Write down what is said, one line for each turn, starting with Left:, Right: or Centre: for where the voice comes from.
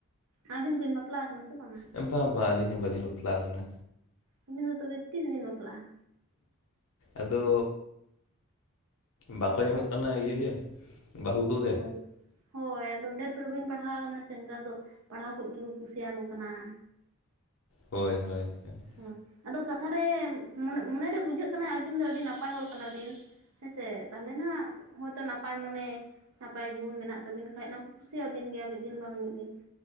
Right: ᱟᱹᱵᱤᱱ ᱫᱚ ᱵᱤᱱ ᱵᱟᱯᱞᱟ ᱟᱠᱟᱱᱟ ᱥᱮ ᱵᱟᱝᱟ?
Left: ᱵᱟᱝ ᱵᱟᱝ ᱟᱹᱞᱤᱧ ᱦᱚᱸ ᱵᱟᱹᱞᱤᱧ ᱵᱟᱯᱞᱟ ᱟᱠᱟᱱᱟ
Right: ᱟᱹᱵᱤᱱ ᱫᱚ ᱛᱚᱵᱮ ᱛᱤᱥ ᱵᱤᱱ ᱵᱟᱯᱞᱟᱜᱼᱟ?
Left: ᱟᱫᱚ ᱵᱟᱠᱚ ᱧᱟᱢᱚᱜ ᱠᱟᱱᱟ ᱤᱭᱟᱹ ᱜᱮ ᱵᱟᱦᱩ ᱠᱚᱜᱮ
Right: ᱦᱳᱭ ᱦᱳᱭ ᱟᱫᱚ ᱰᱷᱮᱨ <unintelligible> ᱵᱟᱹᱧ ᱯᱟᱲᱦᱟᱣ ᱟᱠᱟᱱᱟ ᱥᱮ ᱱᱮᱛᱟᱨ ᱫᱚ ᱯᱟᱲᱦᱟᱣ ᱠᱩᱡ ᱜᱮᱠᱚ ᱠᱩᱥᱤᱭᱟᱠᱚ ᱠᱟᱱᱟ ᱾
Left: ᱦᱳᱭ ᱦᱳᱭ ᱦᱳᱭ ᱾
Right: ᱦᱳᱭ ᱟᱫᱚ ᱠᱟᱛᱷᱟ ᱨᱮ ᱢᱚᱱ ᱢᱚᱱᱮᱨᱮ ᱵᱩᱡᱷᱟᱹᱜ ᱠᱟᱱᱟ ᱟᱹᱵᱤᱱ ᱫᱚ ᱟᱹᱰᱤ ᱱᱟᱯᱟᱭ ᱦᱚᱲ ᱠᱟᱱᱟ ᱵᱤᱱ ᱾ ᱦᱮᱸᱥᱮ ᱛᱟᱦᱚᱞᱮ ᱱᱟᱜ ᱦᱚᱭᱛᱳ ᱱᱟᱯ ᱱᱟᱯᱟᱭ ᱢᱚᱱᱮ ᱱᱟᱯᱟᱭ ᱜᱩᱱ ᱢᱮᱱᱟᱜ ᱛᱟᱵᱤᱱ ᱠᱷᱟᱡ ᱱᱟᱠᱚ ᱠᱩᱥᱤᱭᱟᱵᱤᱱ ᱜᱮᱭᱟ ᱢᱤᱫ ᱫᱤᱱ ᱵᱟᱝ ᱢᱤᱫ ᱫᱤᱱ ᱾